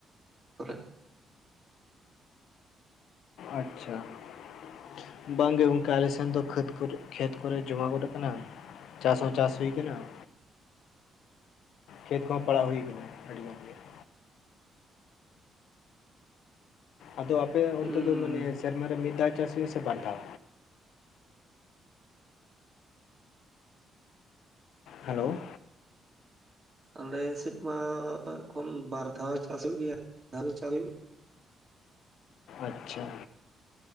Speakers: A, on the right; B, on the left.
A: ᱠᱚᱨᱮᱡ ᱾
B: ᱟᱪᱪᱷᱟ ᱾ ᱵᱟᱝᱜᱮ ᱜᱚᱝᱠᱮ ᱟᱞᱮ ᱥᱮᱱ ᱫᱚ ᱠᱷᱟᱹᱛ ᱠᱚᱨᱮ ᱠᱷᱮᱛ ᱠᱚᱨᱮ ᱡᱚᱢᱟ ᱜᱚᱫ ᱟᱠᱟᱱᱟ ᱾ ᱪᱟᱥ ᱦᱚᱸ ᱪᱟᱥ ᱦᱩᱭ ᱠᱟᱱᱟ ᱾ ᱠᱷᱮᱛ ᱠᱚᱦᱚᱸ ᱯᱟᱲᱟᱣ ᱦᱩᱭ ᱠᱟᱱᱟ ᱟᱹᱰᱤ ᱜᱟᱱ ᱜᱮ ᱾ ᱟᱫᱚ ᱟᱯᱮ
A: ᱦᱩᱸ
B: ᱚᱱᱛᱮ ᱫᱚ ᱢᱟᱱᱮ ᱥᱮᱨᱢᱟ ᱨᱮ ᱢᱤᱫ ᱫᱷᱟᱣ ᱪᱟᱥ ᱦᱩᱭᱩᱜ-ᱟ ᱥᱮ ᱵᱟᱨ ᱫᱷᱟᱣ? ᱦᱮᱞᱳ᱾
A: ᱟᱞᱮᱥᱮᱜ ᱢᱟ ᱠᱷᱚᱱ ᱵᱟᱨ ᱫᱷᱟᱣ ᱪᱟᱥᱚᱜ ᱜᱮᱭᱟ ᱵᱟᱨ ᱫᱷᱟᱣ ᱜᱮ ᱪᱟᱣ
B: ᱟᱪᱪᱷᱟ᱾